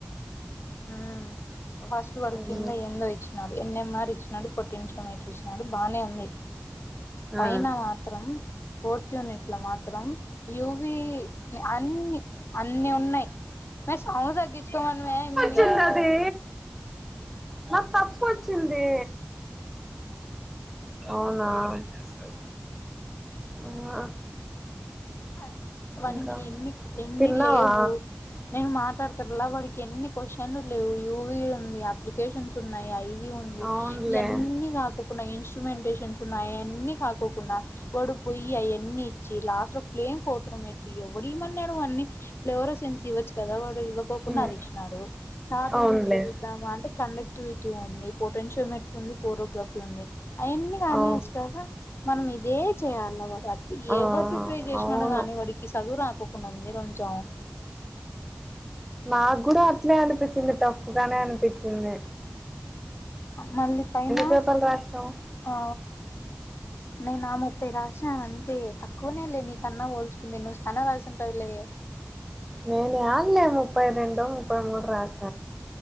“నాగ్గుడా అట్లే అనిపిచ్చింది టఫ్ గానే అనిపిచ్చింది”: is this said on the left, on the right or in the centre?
Centre